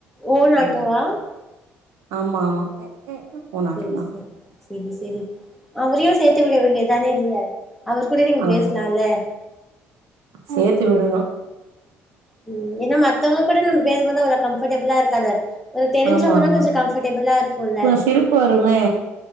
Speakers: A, in the centre; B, on the right.
A: own ஆட்டோவா
B: ம் ஆமா ஆமா ஓன் ஆட்டோ
A: செரி
B: தா
A: செ செரி செரி அவரையு சேத்து விட வேண்டிய தானே இதுல்ல அவர் கூட நீங்க
B: ஆ
A: பேசலால்ல
B: சேத்து விடணு
A: ம் ஏனா மத்தவங்க கூட நம்ம பேசும் போது அவ்ள கம்ஃர்டபிளா இருக்காது ஒரு தெரிஞ்சவங்கனா
B: ஆமா ஆமா
A: கொஞ்ச கம்ஃபர்ட்டபிளா இருக்குல்ல
B: <unintelligible> சிரிப்பு வருமே